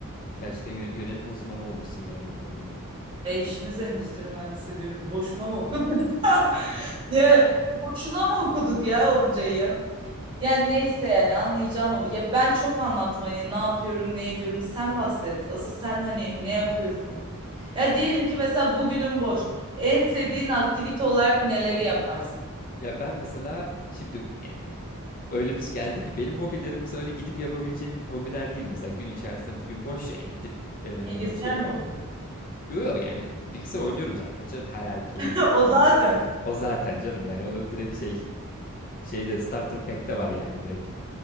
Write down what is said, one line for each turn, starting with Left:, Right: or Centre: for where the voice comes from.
Left: gerçekten yö- yönetme uzmanı olmuşsun yani bu konuda.
Right: E işimiz endüstri mühendisi diyoruz. Boşuna mı okuduk? <laughs> Ne? Boşuna mı okuduk ya onca yıl? Yani neyse yani anlayacağın o. Ya ben çok anlattım hani ne yapıyorum, ne ediyorum. Sen bahset. Asıl sen hani ne yapıyorsun? Ya diyelim ki mesela bugünün boş. En sevdiğin aktivite olarak neleri yaparsın?
Left: Ya ben mesela şimdi yani öyle bir geldi ki benim hobilerim mesela öyle gidip yapabileceğin hobiler değil. Mesela gün içerisinde bugün boş şey gidip eee,
Right: Bilgisayar
Left: şey yapıp
Right: mı oynuyorsun?
Left: yo yo yani bilgisayar oynuyorum zaten canım her erkeğin
Right: <laughs> O
Left: Türkiye
Right: zaten.
Left: o zaten canım yani o direkt şey şeyde starter pack'te var yani direkt.